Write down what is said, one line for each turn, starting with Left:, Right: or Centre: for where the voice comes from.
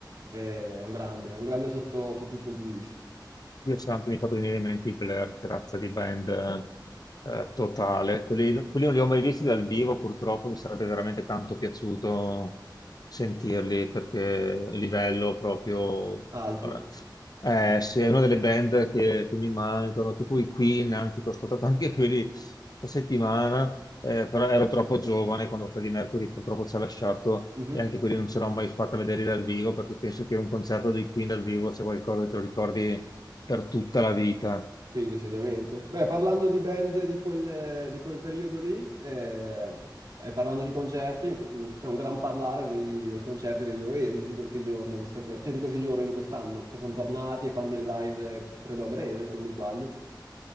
Right: Eh, È un grande, è un grande sotto tutti i punti di vista.
Left: Dio santo, mi ha fatto venire in mente i Blur, che razza di band eh, eh, totale. Quelli, quelli non li ho mai visti dal vivo, purtroppo mi sarebbe veramente tanto piaciuto sentirli perché livello proprio.
Right: Alto.
Left: Ora. Eh, sì, è una delle band che, che mi mancano, tipo i Queen, anche, che ho ascoltato anche <laughs> quelli questa settimana, eh, però ero troppo giovane quando Freddie Mercury purtroppo ci ha lasciato
Right: Mhm.
Left: e anche quelli non ce l'ho mai fatta vedere dal vivo perché penso che un concerto dei Queen dal vivo sia qualcosa che te lo ricordi per tutta la vita.
Right: Sì, decisamente. Beh, parlando di band di quel, di quel periodo lì, eh, e parlando di concerti, in que- in- c'è un gran parlare dei, dei concerti degli Oasis di questi giorni, visto che, cioè di questi giorni, di quest'anno, che sono tornati e fanno il live, eh, credo a breve, se non mi sbaglio.